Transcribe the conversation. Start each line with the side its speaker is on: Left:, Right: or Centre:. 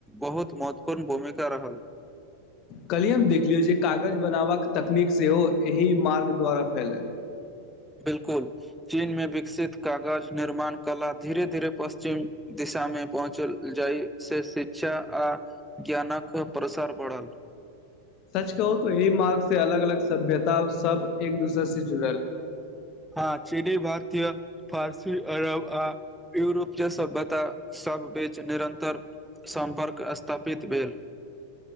Centre: बहुत महत्वपूर्ण भूमिका रहल।
Left: कल्हिए हम देखलियौ जे, कागज बनाबाक तकनीक सेहो एहि मार्ग द्वारा फैलल।
Centre: 'बिलकुल' चीनमे विकसित कागज निर्माण कला, धीरे- धीरे पश्चिम दिशा मे पहुँचल जाय, से शिक्षा आ ज्ञानक प्रसार बढ़ल।
Left: सच कहू तऽ, य मार्ग से अलग -अलग सभ्यता सब, एक दूसरे से जुड़ल।
Centre: हँ, चीनी भारतीय, फारसी, अरब, आ यूरोप जे सभ्यता सब बीच निरन्तर सम्पर्क स्थापित भेल।